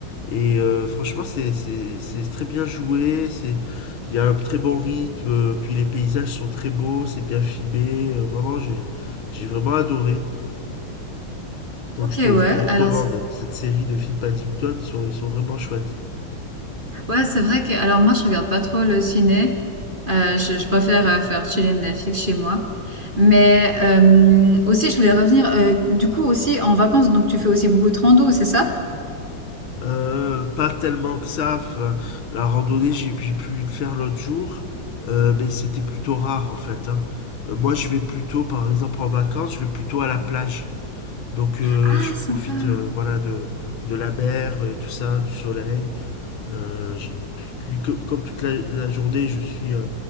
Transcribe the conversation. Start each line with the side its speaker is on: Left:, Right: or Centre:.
Left: Et euh, franchement, c'est c'est- c'est très bien joué. c'est Il y a un très bon rythme. euh, Puis les paysages sont très beaux, c'est bien filmé. euh, vraiment, j'ai. J'ai vraiment adoré. Donc
Right: Ok,
Left: je
Right: ouais.
Left: te, je te recommande
Right: Alors, c-
Left: cette série de films Paddington, ils sont, ils sont vraiment chouettes.
Right: ouais, c'est vrai que. Alors, moi, je regarde pas trop le ciné. Euh, je, je préfère euh, faire chiller Netflix chez moi. Mais euh, aussi, je voulais revenir. euh, du coup, aussi en vacances, donc tu fais aussi beaucoup de rando, c'est ça?
Left: Euh, pas tellement que ça, enfin, la randonnée j'ai j'ai pu le faire l'autre jour, euh, mais c'était plutôt rare en fait. hein. Euh, moi je vais plutôt, par exemple en vacances, je vais plutôt à la plage. Donc euh,
Right: Ah,
Left: je
Right: sympa.
Left: profite euh, voilà de, de la mer et tout ça, du soleil. Euh, je- puis, comme, comme toute la, la journée je suis, euh,